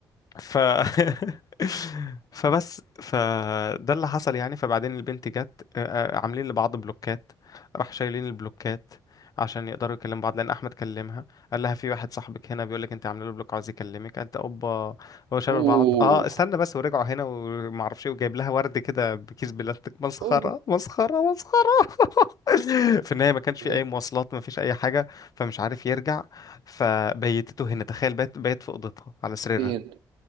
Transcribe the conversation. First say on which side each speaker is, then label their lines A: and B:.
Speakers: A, on the left; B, on the right.
A: ف <laughs> فبس فده اللي حصل يعني فبعدين البنت جت آه، آه، عاملين لبعض بلوكات راح شايلين البلوكات عشان يقدروا يكلموا بعض لان احمد كلمها قال لها في واحد صاحبك هنا بيقول لك انت عامله له بلوك عاوز يكلمك قالت اوبا هو شالوا
B: اوه
A: بعض اه استنى بس ورجعوا هنا وما اعرفش ايه وجايب لها ورد كده بكيس بلاستيك مسخره
B: اوه
A: مسخره مسخره <laughs> في النهايه ما كانش في
B: إيه؟
A: اي مواصلات ما فيش اي حاجه فمش عارف يرجع فبيتته هنا تخيل بيت بيت في اوضتها على سريرها
B: فين